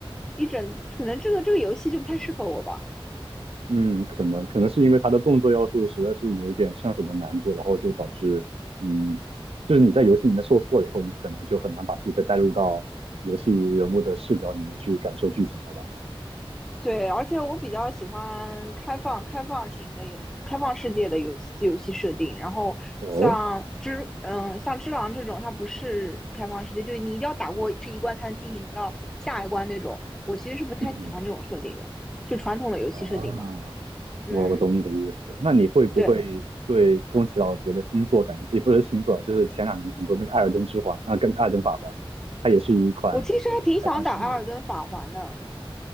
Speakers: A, in the centre; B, on the right.
A: 一整，可能这个这个游戏就不太适合我吧。
B: 嗯，可能可能是因为它的动作要素实在是有一点上手的难度，然后就导致，嗯，就是你在游戏里面受挫了以后，你可能就很难把自己再带入到游戏人物的视角里面去感受剧情了吧？
A: 对，而且我比较喜欢开放、开放型的游、开放世界的游戏游戏设定。然后像只嗯，
B: 哦，
A: 像只狼这种，它不是开放世界，就是你一定要打过这一关才能进行到下一关那种。我其实是不太喜欢这种设定的，
B: 嗯嗯，
A: 就传统的游戏设定嘛。
B: 啊，我我懂你的意思。
A: 嗯，
B: 那你会不会对宫崎老杰的新作感，
A: 对，
B: 也不是新作，就是前两年的新作那个《艾尔登之环》啊，跟《艾尔登法环》，它也是一款
A: 我其实还挺想打《艾尔登法环》的，
B: 开放式的。